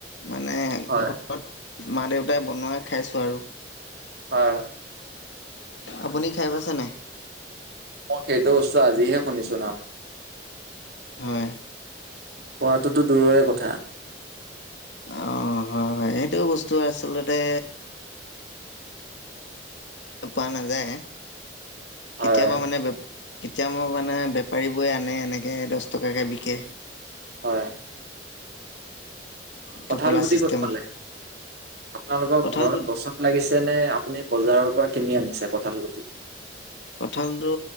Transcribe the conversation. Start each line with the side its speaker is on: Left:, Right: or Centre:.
Left: মানে
Right: হয়,
Left: ঘ ঘৰত মা দেউতাই বনোৱাই খাইছো আৰু।
Right: হয়।
Left: আপুনি খাই পাইছে নাই?
Right: মই সেইটো বস্তু আজিহে শুনিছো নাম।
Left: হয়।
Right: খোৱাটোতো দূৰৰে কথা।
Left: অঁ হয় হ হয়। সেইটো বস্তু আচলতে পোৱা নাযায়,
Right: হয়,
Left: কেতিয়াবা মানে ব কেতিয়াবা মানে বেপাৰী বোৱে আনে এনেকে দচ টকাকে বিকে।
Right: হয়।
Left: টোপোলা
Right: কঁঠাল গুটি
Left: চিষ্টেমত।
Right: ক'ত পালে আপোনালোকৰ
Left: কঁঠাল
Right: ঘৰত গছত লাগিছে নে? আপুনি বজাৰৰ পৰা কিনি আনিছে কঁঠাল গুটি?
Left: কঁঠলটো